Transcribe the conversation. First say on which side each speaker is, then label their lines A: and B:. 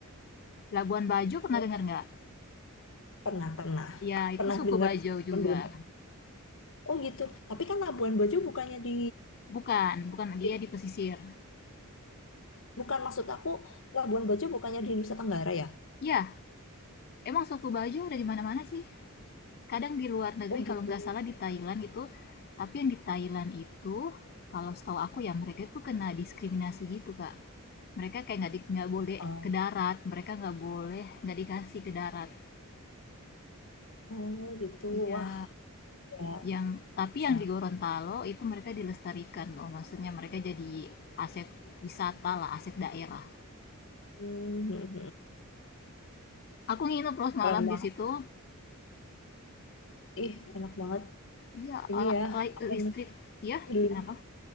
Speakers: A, on the left (about 45°); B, on the left (about 65°).
A: Labuan Bajo pernah
B: Oh,
A: dengar nggak
B: pernah pernah
A: Ya, itu
B: pernah
A: suku
B: dengar
A: Bajo
B: cuman
A: juga.
B: belum pernah. oh gitu tapi kan Labuan Bajo bukannya di
A: Bukan, bukan dia
B: di
A: di pesisir.
B: Bukan maksud aku Labuan Bajo bukannya di Nusa Tenggara ya?
A: Ya, emang suku Bajo ada di mana-mana sih. Kadang di luar negeri
B: Oh gitu.
A: kalau nggak salah di Thailand itu, tapi yang di Thailand itu kalau setahu aku ya mereka tuh kena diskriminasi gitu kak. Mereka kayak nggak di- nggak boleh
B: Oh,
A: ke darat, mereka nggak boleh nggak dikasih ke darat.
B: oh gitu.
A: Iya,
B: Wah ya
A: yang tapi
B: sayang.
A: yang di Gorontalo itu mereka dilestarikan loh, maksudnya mereka jadi aset wisata lah, aset daerah.
B: <laughs>
A: Aku nginep terus
B: Keren
A: malam
B: banget.
A: di situ,
B: Ih enak banget.
A: Iya,
B: Ini
A: ala
B: ya
A: lai
B: apa
A: listrik
B: namanya?
A: iya,
B: Healing,
A: kenapa?